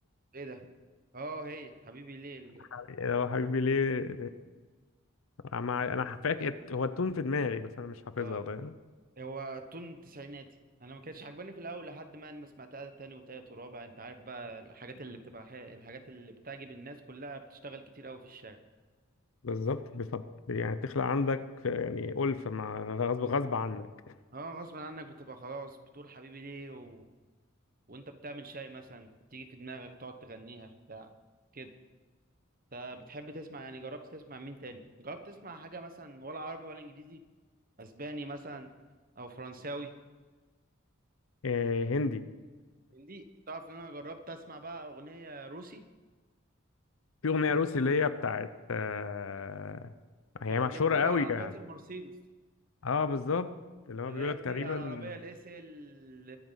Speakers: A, on the right; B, on the left.
A: ايه ده اه هي حبيبي ليه
B: <laughs> هو حبيبي ليه آه، مع- انا فاكر هو التون في دماغي بس انا مش حافظها
A: اه
B: فاهم
A: هو تون تسعيناتي انا ما كانتش عجباني في الاول لحد ما ما سمعتها تاني وتالت ورابع انت عارف بقى الحاجات اللي بتبقى حي... الحاجات اللي بتعجب الناس كلها بتشتغل كتير قوي في الشارع
B: بالظبط بفض... يعني تخلق عندك يعني ألفة مع غصب غصب عنك
A: اه غصب عنك بتبقى خلاص بتقول حبيبي ليه و... وانت بتعمل شاي مثلا تيجي في دماغك تقعد تغنيها بتاع كده انت بتحب تسمع يعني جربت تسمع مين تاني جربت تسمع حاجة مثلا ولا عربي ولا انجليزي اسباني مثلا او فرنساوي
B: <laughs> آه، هندي
A: من دي تعرف ان انا جربت اسمع بقى اغنية روسي
B: في أغنية روسي اللي هي بتاعت آه، هي
A: طيب
B: مشهورة
A: اللي بتيجي على
B: قوي
A: عربيات
B: يعني
A: المرسيدس
B: اه بالظبط اللي هو
A: اللي
B: بيقولك
A: هي بتيجي
B: تقريبا
A: على العربية الاس ال